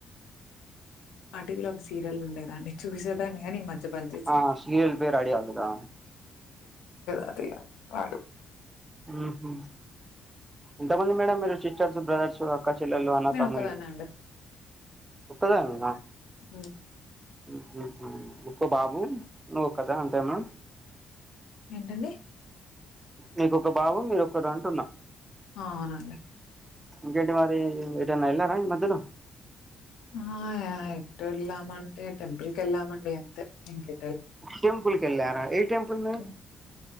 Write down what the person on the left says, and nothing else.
మా టీవీలో ఒక సీరియల్ ఉండేదాన్ని చూసేదాన్ని కానీ ఈ మధ్య బంద్ చేసా.
అద ఆడు
నేను
ఒక్కదాన్నే అండి.
అ
ఏంటండి
ఆ అవునండి
ఆ ఎక్కడ వెళ్ళామంటే టెంపుల్ కెళ్ళామండి అంతే ఇంకె
హ్మ్.